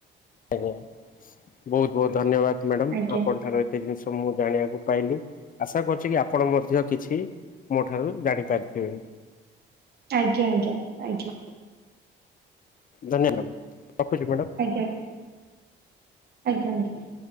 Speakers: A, on the left; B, on the right.
A: ଆଜ୍ଞା ବୋହୁତ ବୋହୁତ ଧନ୍ୟବାଦ। ମ୍ୟାଡ଼ାମ୍
B: ଆଜ୍ଞା
A: ଆପଣ ଠାରୁ ଏତେ ଜିନିଷ ମୁଁ ଜାଣିବାକୁ ପାଇଲି ଆଶା କରୁଛି କି ଆପ ଆପଣ ମଧ୍ୟ କିଛି ମୋ ଠାରୁ ଜାଣି ପାରିଥିବେ।
B: ଆଜ୍ଞା ଆଜ୍ଞା ଆଜ୍ଞା।
A: ଧନ୍ୟବାଦ। ରଖୁଛି ମ୍ୟାଡ଼ାମ।
B: ଆଜ୍ଞା ଆଜ୍ଞା ଆଜ୍ଞା।